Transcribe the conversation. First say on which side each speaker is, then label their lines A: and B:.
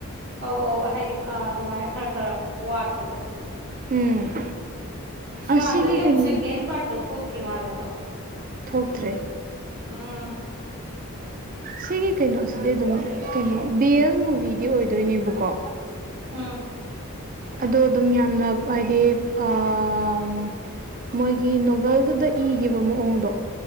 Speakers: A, on the right; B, on the right.
A: ꯑꯣ ꯍꯥꯏꯗꯤ ꯑꯥ ꯑꯗꯨꯃꯥꯏ ꯈꯔ ꯈꯔ ꯋꯥꯠꯄꯗꯣ
B: ꯎꯝ
A: ꯁꯤꯃꯥꯗꯗꯤ
B: ꯑꯁꯤꯒꯤ
A: ꯑꯃꯨꯛ
B: ꯀꯩꯅꯣ
A: ꯁꯦꯀꯦꯟ ꯄꯥꯔꯠꯇꯣ ꯊꯣꯛꯇ꯭ꯔꯤ ꯃꯥꯜꯂꯦꯀꯣ
B: ꯊꯣꯛꯇ꯭ꯔꯦ
A: ꯎꯝ
B: ꯁꯤꯒꯤ ꯀꯩꯅꯣꯁꯤꯗꯤ ꯑꯗꯨꯝ ꯀꯩꯅꯣ ꯕꯤ ꯑꯦꯜ ꯃꯨꯚꯤꯗꯤ ꯑꯣꯏꯗꯣꯏꯅꯦꯕꯀꯣ
A: ꯎꯝ
B: ꯑꯗꯣ ꯑꯗꯨꯝ ꯌꯥꯝꯅ ꯍꯥꯏꯗꯤ ꯑꯥꯝ ꯃꯣꯏꯒꯤ ꯅꯣꯕꯦꯜꯗꯨꯗ ꯏꯒꯤꯕ ꯃꯑꯣꯡꯗꯣ